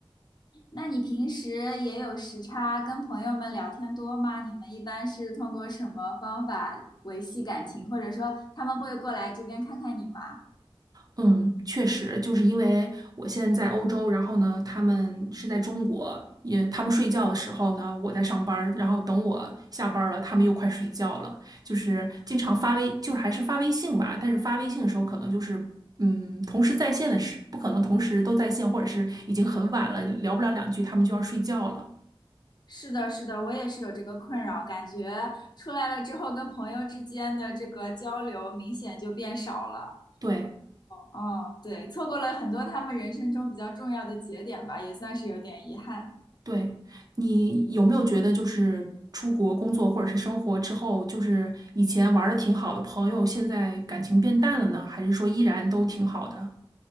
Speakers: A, on the left; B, on the right.
A: 那你平时也有时差，跟朋友们聊天多吗？你们一般是通过什么方法维系感情，或者说他们会过来这边看看你吗？
B: 嗯，确实，就是因为我现在在欧洲，然后呢，他们是在中国，也他们睡觉的时候呢，我在上班儿然后等我下班儿了，他们又快睡觉了，就是经常发微，就是还是发微信吧，但是发微信的时候可能就是，嗯，同时在线的时，不可能同时都在线，或者是已经很晚了，聊不了两句，他们就要睡觉了。
A: 是的，是的，我也是有这个困扰，感觉出来了之后跟朋友之间的这个交流明显就变少了。
B: 对。
A: 嗯，对，错过了很多他们人生中比较重要的节点吧，也算是有点遗憾。
B: 对，你有没有觉得，就是出国工作或者是生活之后，就是以前玩的挺好的朋友，现在感情变淡了呢？还是说依然都挺好的？